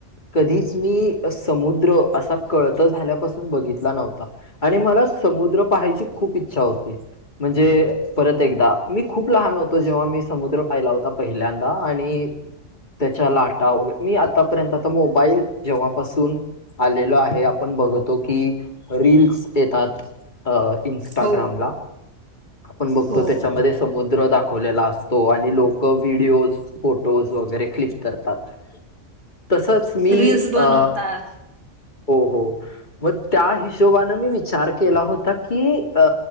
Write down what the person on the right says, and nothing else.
हो
हो
रील्स बनवतात